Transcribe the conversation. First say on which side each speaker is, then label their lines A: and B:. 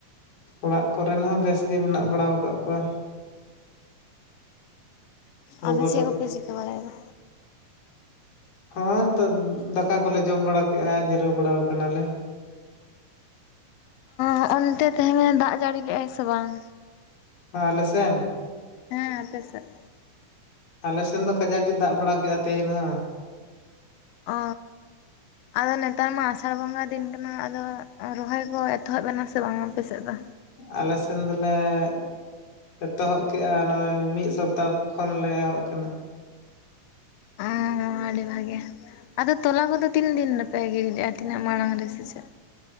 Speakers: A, on the left; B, on the left.
A: ᱚᱲᱟᱜ ᱠᱚᱨᱮᱱ ᱦᱚᱸ ᱵᱮᱥ ᱜᱮ ᱢᱮᱱᱟᱜ ᱵᱟᱲᱟᱣ ᱠᱟᱜ ᱠᱚᱣᱟ। ᱜᱚᱜᱚ
B: ᱟᱫᱚ ᱪᱮᱫ ᱠᱚᱯᱮ ᱪᱤᱠᱟᱹ ᱵᱟᱲᱟᱭᱮᱫᱟ
A: ᱦᱚᱸᱳᱭ ᱱᱤᱛᱳᱜ ᱫᱟᱠᱟ ᱠᱚᱞᱮ ᱡᱚᱢ ᱵᱟᱲᱟ ᱠᱮᱜᱼᱟ ᱡᱤᱨᱟᱹᱣ ᱵᱟᱲᱟ ᱠᱟᱱᱟᱞᱮ।
B: ᱦᱚᱜᱼᱚᱱᱛᱮ ᱛᱮᱦᱮᱧᱮ ᱫᱟᱜ ᱡᱟᱹᱲᱤ ᱞᱮᱜᱼᱟᱭ ᱥᱮ ᱵᱟᱝ
A: ᱦᱮᱸ ᱟᱞᱮᱥᱮᱱ
B: ᱦᱮᱸ ᱟᱯᱮᱥᱮᱫ।
A: ᱟᱞᱮᱥᱮᱱ ᱫᱚ ᱠᱟᱡᱟᱠ ᱜᱮ ᱫᱟᱜ ᱵᱟᱲᱟ ᱠᱮᱜᱼᱟ ᱛᱮᱦᱮᱱ ᱦᱚᱸ।
B: ᱚᱻᱻ ᱟᱫᱚ ᱱᱮᱛᱟᱨ ᱢᱟ ᱟᱥᱟᱲ ᱵᱚᱸᱜᱟ ᱫᱤᱱ ᱠᱟᱱᱟ ᱟᱫᱚ ᱨᱚᱦᱚᱭ ᱠᱚ ᱮᱛᱚᱦᱚᱵ ᱮᱱᱟ ᱥᱮ ᱵᱟᱝᱟ ᱟᱯᱮᱥᱮᱫ ᱫᱚ?
A: ᱟᱞᱮ ᱥᱮᱱ ᱫᱚᱞᱮ ᱼᱼ ᱮᱛᱚᱦᱚᱵ ᱠᱮᱜᱼᱟ ᱱᱚᱜᱼᱚᱭ ᱢᱤᱫ ᱥᱚᱯᱛᱟᱦᱚ ᱠᱷᱚᱱ ᱞᱮ ᱮᱦᱚᱵ ᱠᱟᱱᱟ।
B: ᱦ <unintelligible> ᱟᱹᱰᱤ ᱵᱷᱟᱜᱮ᱾ ᱟᱫᱚ ᱛᱚᱞᱟ ᱠᱚᱫᱚ ᱛᱤᱱ ᱫᱤᱱ ᱨᱮᱯᱮ ᱜᱤᱰᱤ ᱞᱮᱜᱼᱟ ᱛᱤᱱᱟᱹᱜ ᱢᱟᱲᱟᱝ ᱨᱮ ᱥᱮ ᱪᱮᱫ।